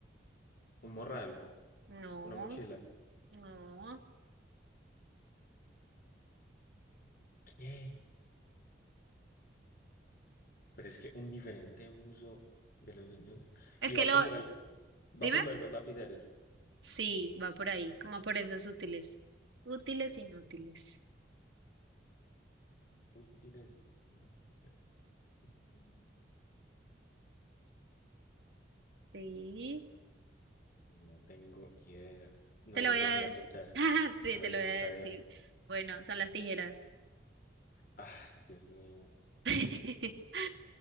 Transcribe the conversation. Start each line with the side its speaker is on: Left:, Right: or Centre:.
Left: un morral,
Right: No,
Left: una mochila.
Right: no.
Left: ¿Qué? Pero es que un diferente uso de los niños.
Right: Es
Left: Y
Right: que
Left: va
Right: lo,
Left: por lo de,
Right: dime.
Left: va por lo de los lapiceros.
Right: Sí, va por ahí, como por esos útiles. Útiles, inútiles.
Left: Útiles y inútiles. Mm,
Right: Sí,
Left: No tengo idea. No,
Right: te lo
Left: yo
Right: voy
Left: creo
Right: a
Left: que me
Right: decir.
Left: corchaste.
Right: <laughs> Sí,
Left: Está
Right: te
Left: bien,
Right: lo voy
Left: está
Right: a decir.
Left: bien.
Right: Bueno, son las tijeras.
Left: Ay, Dios mío.
Right: <laughs>